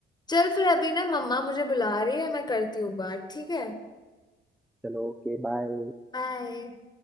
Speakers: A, on the left; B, in the centre.
A: चल फिर अभी ना मम्मा मुझे बुला रही है मैं करती हूँ बात ठीक है
B: चलो ओके बाय
A: बाय